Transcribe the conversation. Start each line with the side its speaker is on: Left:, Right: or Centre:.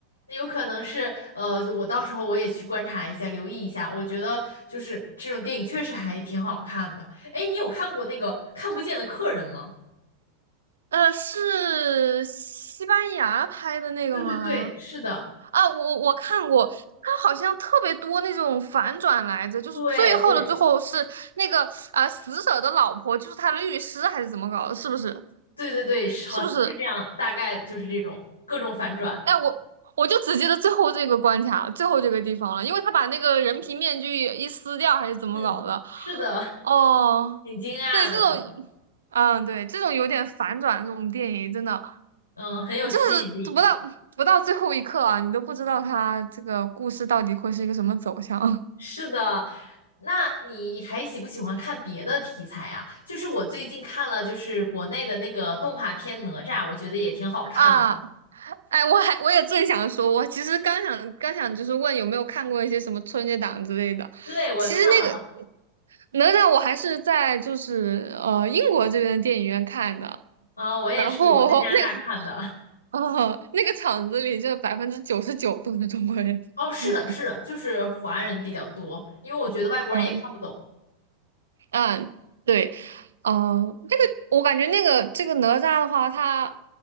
Left: 那有可能是，呃，就我到时候我也去观察一下，留意一下。我觉得就是这种电影确实还挺好看的。哎，你有看过那个《看不见的客人》吗？
Right: 呃，是西班牙拍的那个吗？
Left: 对对对，是的，
Right: 啊，我我看过，他好像特别多那种反转来着，就是最后的最后是那个啊、
Left: 对对
Right: 死者的老婆就是他的律师还是怎么搞的？是不是？
Left: 对对对，是好像是这样，
Right: 是不是？
Left: 大概就是这种各种反转。
Right: 哎，我我就只记得最后这个关卡，最后这个地方了，因为他把那个人皮面具一撕掉还是怎么搞的？
Left: 嗯，是的，
Right: 哦，
Left: 挺惊讶的，
Right: 对，这种，嗯，对，这种有点反转这种电影真的。
Left: 嗯，很有吸引力。
Right: 就是不到不到最后一刻啊，你都不知道他这个故事到底会是一个什么走向 <laughs>
Left: 是的，那你还喜不喜欢看别的题材啊？就是我最近看了，就是国内的那个动画片《哪吒》，我觉得也挺好看的。
Right: 啊！哎，我还我也正想说，我其实刚想刚想就是问有没有看过一些什么春节档之类的。
Left: 对，我看了，
Right: 其实那个哪吒我还是在就是呃英国这边的电影院看的，
Left: 嗯、我也是，
Right: 然后那个
Left: 我在加拿大看的。
Right: 呃那个场子里就百分之九十九都是中国人，
Left: 哦，
Right: <laughs>
Left: 是的，
Right: 嗯
Left: 是的，就是华人比较多，因为我觉得外国人也看不懂。
Right: 嗯嗯，对。哦，这个我感觉那个这个哪吒的话，它